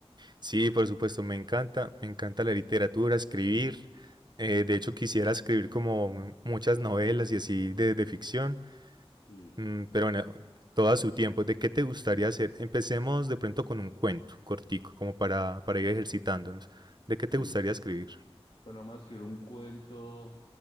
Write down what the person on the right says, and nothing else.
Sí, por supuesto, me encanta, me encanta la literatura, escribir. Eh, de hecho, quisiera escribir como mu- muchas novelas y así de, de ficción,
Mm, pero bueno, todo a su tiempo. ¿De qué te gustaría hacer? Empecemos de pronto con un cuento cortico, como para, para ir ejercitándonos. ¿De qué te
gustaría escribir?